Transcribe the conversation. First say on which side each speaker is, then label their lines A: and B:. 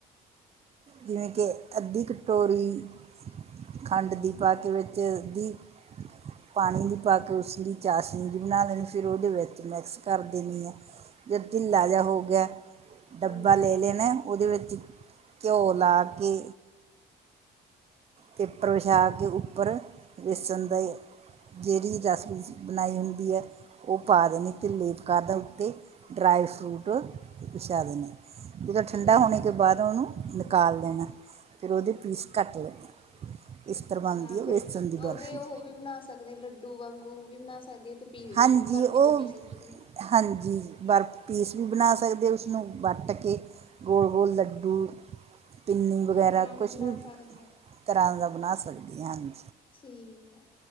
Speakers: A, on the right; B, on the left.
A: ਜਿਵੇਂ ਕਿ, ਅੱਧੀ ਕਟੋਰੀ ਖੰਡ ਦੀ ਪਾਕੇ ਵਿੱਚ, ਅੱਧੀ ਪਾਣੀ ਦੀ ਪਾਕੇ ਉਸ ਦੀ ਚਾਸ਼ਨੀ ਜੀ ਬਣਾ ਲੈਣੀ, ਫਿਰ ਉਹਦੇ ਵਿੱਚ ਮਿਕਸ ਕਰ ਦੇਣੀ ਆ। ਜਦੋ ਢਿੱਲਾ
B: ਅੱਛਾ,
A: ਜਿਹਾ ਹੋਗਿਆ, ਡੱਬਾ
B: ਹਾਂਜੀ
A: ਲੈ ਲੈਣਾ ਉਹਦੇ ਵਿੱਚ ਘਿਓ ਲਾਕੇ ਪੇਪਰ ਵਿਛਾਕੇ ਉੱਪਰ, ਬੇਸਣ ਦਾ ਏ ਜੇੜੀ ਰੈਸਪੀਜ ਬਣਾਈ ਹੁੰਦੀ ਐ, ਉਹ ਪਾ ਦੇਣੀ ਤੇ ਲੇਪ ਕਰ ਦੇ ਉੱਤੇ। ਡਰਾਈ-ਫਰੂਟ ਬਿਛਾ ਦੇਨੇ, ਜਦੋਂ ਠੰਡਾ
B: ਠੀਕ
A: ਹੋਣੇ <inaudible>
B: ਐ।
A: ਬਾਦ ਓਨੂੰ ਨਿਕਾਲ ਦੇਣਾ, ਫਿਰ ਓਦੇ ਪੀਸ ਕੱਟ ਲੈਣੇ। ਇਸ ਤਰ੍ਹਾਂ
B: ਅੱਛਿਆ
A: ਬਣਦੀ ਹੈ
B: ਫਿਰ,
A: ਬੇਸਣ ਦੀ
B: ਓਦੇ
A: ਬਰਫੀ
B: ਉਹ ਵੀ ਬਣਾ ਸਕਦੇ ਲੱਡੂ ਵਾਂਗੂ ਵੀ ਬਣਾ ਸਕਦੇ ਆ, ਤੇ ਪੀ
A: ਹਾਂਜੀ
B: ਬਰਫ਼ੀ
A: ਉਹ
B: ਦੇ ਪੀਸਿਜ ਵੀ
A: ਹਾਂਜੀ, ਬਰਫ ਪੀਸ ਵੀ ਬਣਾ ਸਕਦੇ, ਉਸਨੂੰ ਵੱਟ ਕੇ ਗੋਲ-ਗੋਲ ਲੱਡੂ, ਪਿੰਨੀ ਵਗੈਰਾ
B: ਦੀ ਤਰ੍ਹਾਂ
A: ਕੁਛ
B: ਬਣਾ
A: ਵੀ
B: ਸਕਦੇ ਆ,
A: ਤਰ੍ਹਾਂ ਦਾ ਬਣਾ ਸਕਦੇ ਆ, ਹਾਂਜੀ।
B: ਠੀਕ ਐ,